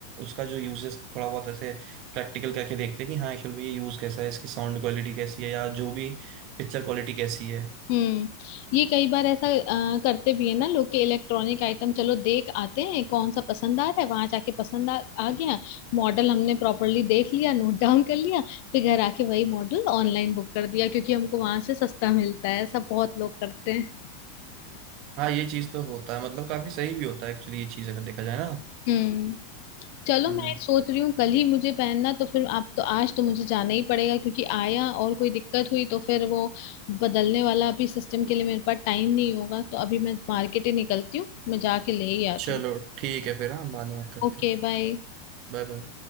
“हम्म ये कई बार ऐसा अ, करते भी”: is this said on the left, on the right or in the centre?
Left